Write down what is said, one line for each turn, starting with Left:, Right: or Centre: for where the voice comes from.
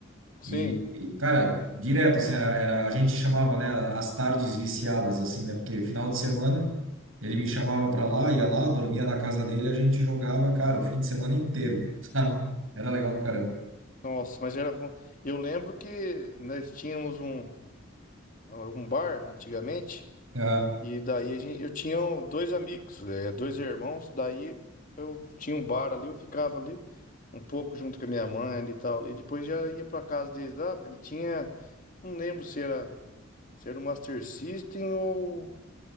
Left: Sim,
Right: E, e, cara, direto, assim, era, era, a gente chamava, né, as tardes viciadas, assim, né, porque final de semana ele me chamava pra lá, ia lá, dormia na casa dele, a gente jogava, cara, o fim de semana inteiro, <laughs> sabe? Era legal pra caramba.
Left: nossa, mas era bom. Eu lembro que nós tínhamos um, um bar antigamente,
Right: Aham.
Left: e daí a gente, eu tinha dois amigos, eh, dois irmãos, daí eu tinha um bar ali, eu ficava ali um pouco junto com a minha mãe ali e tal, ali, depois já ia para casa deles lá, ele tinha, não lembro se era, se era o Master System ou